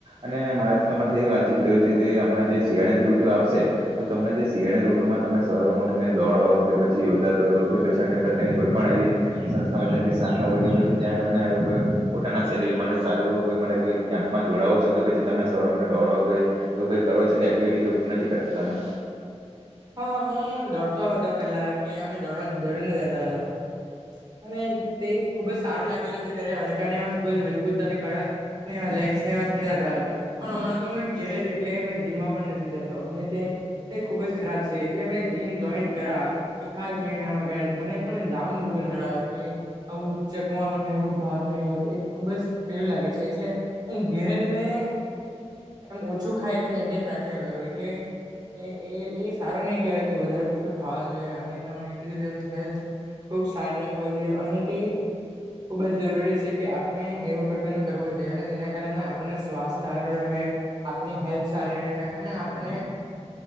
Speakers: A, on the right; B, on the right.
A: અને મારે તો તમારે એ વાતચીત કરવી છે કે હમણાં જે શિયાળીની રૂતુ આવશે તો તમને જે શિયાળની ઋતુમાં તમે શવારમાં ઉઠીને દોડો કે પછી યોગા કરો કે પછી અન્ય પ્રકારની કોઈ પણ એવી સંસ્થામાં જેમ કે શાખા બધી હોય છે ત્યાં તમે કોઈ પોતાના શરીર માટે સારું કોઈ માટે કોઈ કેમ્પમાં જોડાવો છો કે પછી તમે સવાર માટે દોળો કે એવું કઈ કરો કે એક્ટિવિટી નથી કરતો તમે
B: હા હું દોડતો હતો પેલા કે અમે દોડવા દોડી ના જતા હતા. અને તે ખુબ જ સારું લાગેલું કે તેરે અડકાનેમાં ખુબ જ મજબૂત અને કડક <unintelligible> હતા પણ હમણાં તો મે ઘેરે જ એટલે મે જીમમાં પણ નથી જતો અને તે એ ખુબ જ ખરાબ છે એટલે મેં જીમ જોઈન્ટ કરા એખા જ મહિનામાં કરે મને પણ જાવાનું બો કંટળાવે કે આવું ચકવાનું ને એવું ભાર ને એવું ખુબ જ પેલું લાગે છે એટલે ઘેરેજ મેં એમ ઓછું ખાઈને મેન્ટેન રાખ્યા કરું એટલે એ એ સારો ની કેવાય કે વધારે બધું ખાવા જોઈએ અને તમે કીધું તેમ હેલ્થ ખુબ સારી રાખવા જોઈએ અને તે ખૂબ જ જરૂરી છે કે આપણે એવું પ્રકારનું કરવું જોઈએ અને જેના કારણે આપણને શ્વાસ હારું રહે આપણી હેલ્થ સારી રહે અને આપણે